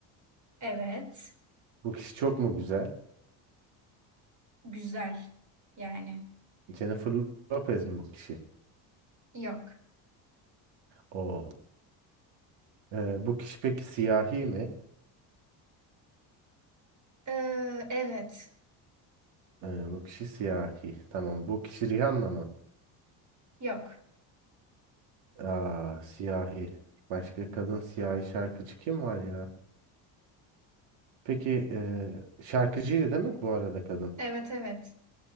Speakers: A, on the right (about 40°); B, on the right (about 70°).
A: Evet.
B: Bu kişi çok mu güzel?
A: Güzel. Yani.
B: Jennifer Lopez mi bu kişi?
A: Yok.
B: Oo. Ee, bu kişi peki siyahi mi?
A: Ee, evet.
B: Ee, bu kişi siyahi. Tamam. Bu kişi Rihanna mı?
A: Yok.
B: Aa, siyahi. Başka kadın siyahi şarkıcı kim var ya? Peki eee şarkıcıydı değil mi bu arada kadın?
A: Evet evet.